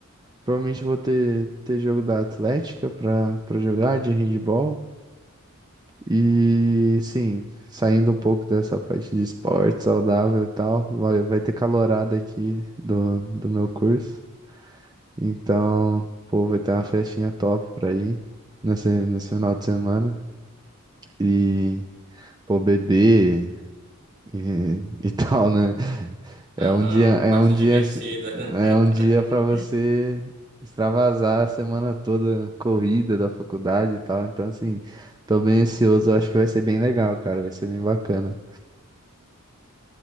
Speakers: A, on the right; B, on the right.
A: provavelmente vou ter ter jogo da Atlética pra para jogar de handball e sim, saindo um pouco dessa parte de esporte saudável e tal, vai vai ter calorada aqui do do meu curso. Então, pô, vai ter uma festinha top pra ir nesse nesse final de semana e pô, beber e, e <laughs> tal, né? É
B: Aham,
A: um dia, é
B: parte
A: um dia,
B: divertida.
A: assim- é
B: <laughs>
A: um dia para você extravasar a semana toda corrida da faculdade e tal. Então, assim, tô bem ansioso. Acho que vai ser bem legal, cara. Vai ser bem bacana.